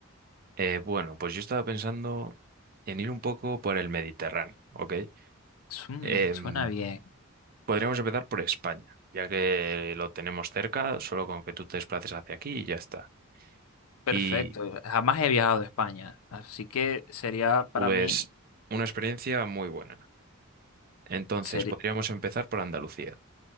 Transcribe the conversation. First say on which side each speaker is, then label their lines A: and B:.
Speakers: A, on the right (about 45°); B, on the left (about 85°).
A: Eh, bueno, pues yo estaba pensando en ir un poco por el Mediterráneo, ¿ok?
B: Mm,
A: Em,
B: suena bien,
A: podríamos empezar por España, ya que lo tenemos cerca, solo con que tú te desplaces hacia aquí y ya está.
B: perfecto.
A: Y
B: Jamás he viajado a España, así que sería
A: pues
B: para mí
A: una experiencia muy buena. Entonces,
B: ser
A: podríamos empezar por Andalucía.